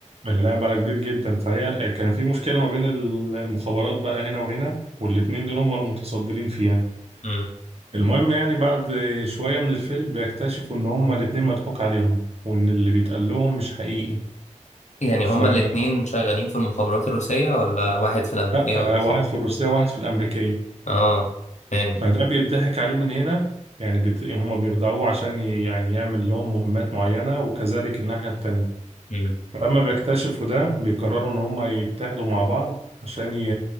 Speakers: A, on the right; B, on the left.
A: اللعب على كبير جدا فهي آه، كان في مشكلة ما بين المخابرات بقى هنا وهنا والاتنين دول هما المتصدرين فيها
B: امم
A: المهم يعني بعد شوية من الفيلم بيكتشفوا إن هما الاتنين مضحوك عليهم وإن اللي بيتقال لهم مش حقيقي
B: يعني
A: فلا
B: هما الاتنين شغالين في المخابرات الروسيه ولا واحد في الامريكيه
A: آه،
B: والروسية
A: واحد في الروسية وواحد في الأمريكية
B: اه فاهم
A: فده بيضحك عليه من هنا يعني بت... هما بيخدعوه عشان ي... يعني يعمل لهم مهمات معينة وكذلك الناحية التانية
B: مم.
A: فلما بيكتشفوا ده بيقرروا إن هما يتحدوا مع بعض عشان ي...